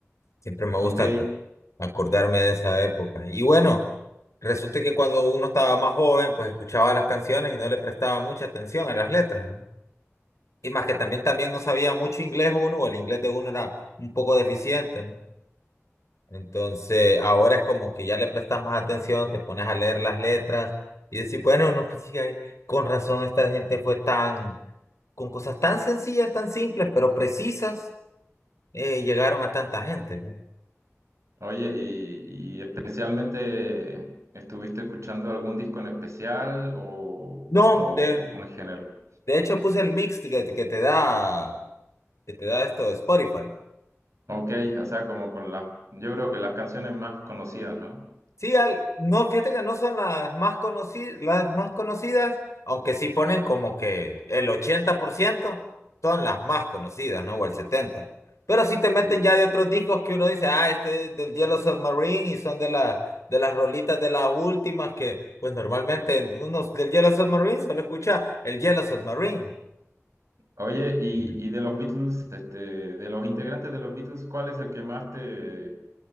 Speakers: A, on the left; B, on the right.
A: Siempre me gusta
B: Ok,
A: ac- acordarme de esa época. Y bueno, resulta que cuando uno estaba más joven, pues escuchaba las canciones y no le prestaba mucha atención a las letras, ¿no? Y más que también, también no sabía mucho inglés uno, o el inglés de uno era un poco deficiente, ¿no? Entonces, ahora es como que ya le prestas más atención, te pones a leer las letras y decir, bueno, no, pues sí, hay- con razón esta gente fue tan, con cosas tan sencillas, tan simples, pero precisas, eh, llegaron a tanta gente, ¿no?
B: Oye, y, y especialmente, ¿estuviste escuchando algún disco en especial o,
A: No,
B: o-
A: de,
B: o en general?
A: de hecho puse el mix que, que te da, que te da esto de Spotify.
B: Ok, o sea, como con las, yo creo que las canciones más conocidas, ¿no?
A: Sí, al- no, fíjate que no son las más conocidas, las más conocidas, aunque sí ponen como que el 80% son las más conocidas, ¿no? O el 70%. Pero sí te meten
B: Sí.
A: ya de otros discos que uno dice, ah, este es del Yellow Submarine y son de la, de las rolitas de las últimas que, pues normalmente en unos del Yellow Submarine solo escucha el Yellow Submarine.
B: Oye, y,
A: Ujú.
B: y de los Beatles, este, de los integrantes de los Beatles, ¿cuál es el que más te